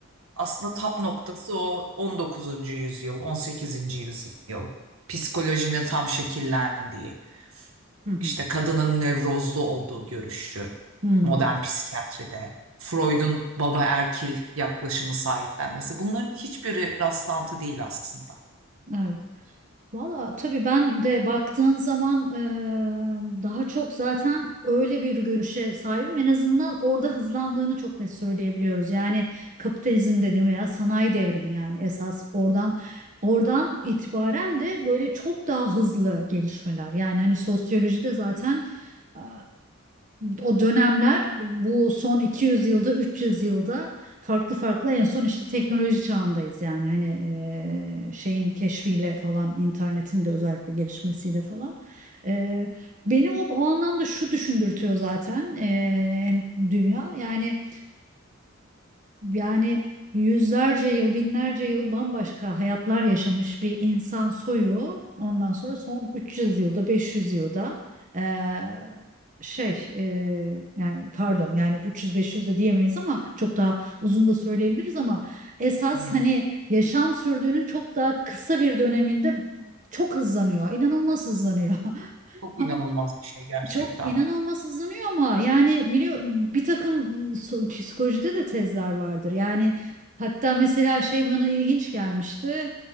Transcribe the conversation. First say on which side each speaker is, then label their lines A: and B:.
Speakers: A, on the right; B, on the right.
A: Aslında tap noktası o 19. yüzyıl, 18. yüzyıl psikolojinin tam şekillendiği,
B: hı hı,
A: İşte kadının nevrozlu olduğu görüşü
B: hı.
A: modern psikiyatride, Freud'un baba erkil yaklaşımı sahiplenmesi bunların hiçbiri rastlantı değil aslında.
B: Evet. Valla tabii ben de baktığın zaman eee, daha çok zaten öyle bir görüşe sahibim. En azından orada hızlandığını çok net söyleyebiliyoruz. Yani kapitalizm dediğim veya sanayi devrimi yani esas oradan oradan itibaren de böyle çok daha hızlı gelişmeler. Yani hani sosyolojide zaten eee, o dönemler bu son 200 yılda 300 yılda farklı farklı en son işte teknoloji çağındayız yani hani e, şeyin keşfiyle falan internetin de özellikle gelişmesiyle falan. E, beni o, o anlamda şu düşündürtüyor zaten e, dünya yani yani yüzlerce yıl, binlerce yıl bambaşka hayatlar yaşamış bir insan soyu. Ondan sonra son 300 yılda, 500 yılda eee, şey eee, yani pardon yani 300-500 de diyemeyiz ama çok daha uzun da söyleyebiliriz ama esas
A: Hı hı.
B: hani yaşam sürdüğünün çok daha kısa bir döneminde çok hızlanıyor. inanılmaz hızlanıyor. <laughs>
A: Çok
B: Ama
A: inanılmaz bir şey gerçekten.
B: çok inanılmaz hızlanıyor ama yani biliyor bir takım so- psikolojide de tezler vardır. Yani hatta mesela şey bana ilginç gelmişti.